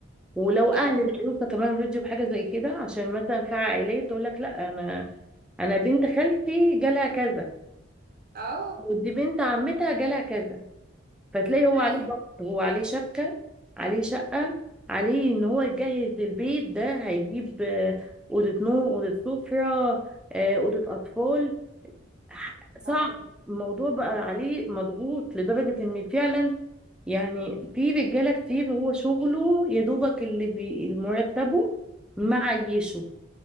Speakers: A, in the centre; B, on the right (about 45°).
A: ولو اهل
B: اه
A: العروسه كمان رضيوا بحاجه زي كده عشان مثلا في عائلات تقول لك لا انا انا بنت خالتي جالها كذا
B: اه
A: ودي بنت عمتها جالها كذا فتلاقي هو
B: ايوه
A: عليه ضغط هو عليه شبكة عليه شقة عليه ان هو يجهز البيت ده هيجيب آه، أوضة نوم أوضة سفرة آه، أوضة أطفال ح- صعب
B: اه
A: الموضوع بقى عليه مضغوط لدرجة ان فعلا يعني في رجالة كتير هو شغله يا دوبك اللي بي- مرتبه معيشه